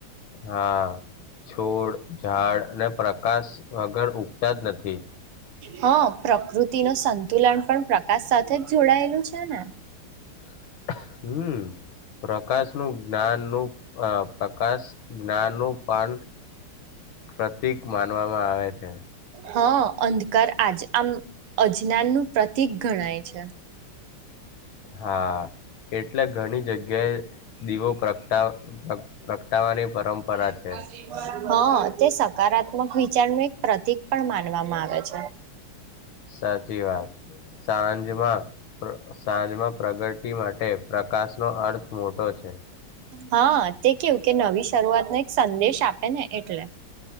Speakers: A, on the left; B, on the right.
A: હા છોડ ઝાડ અને પ્રકાશ વગર ઉગતા જ નથી
B: હા પ્રકૃતિ ન સંતુલન પણ પ્રકાશ સાથે જ જોડાયેલું છે. ને
A: <inaudible> હમ પ્રકાશનું જ્ઞાનનું અ આકાશ જ્ઞાનનું પાન પ્રતીક માનવામાં આવે છે.
B: હા અંધકાર આજ આમ અજનાનનું પ્રતિક ગણાય છે.
A: હા એટલે ઘણી જગ્યાએ દીવો પ્રગટા પ્રગ- પ્રગટાવાની પરંપરા
B: <unintelligible>
A: છે
B: હા તે સકારાત્મક વિચારનું એક પ્રતિક પણ માનવામાં આવે છે.
A: સાચી વાત સાંજમાં સાંજમાં પ્રગતિ માટે પ્રકાશનો અર્થ મોટો છે.
B: હા તે કેવું કે નવી શરૂઆત ને એક સંદેશ આપે ને એટલે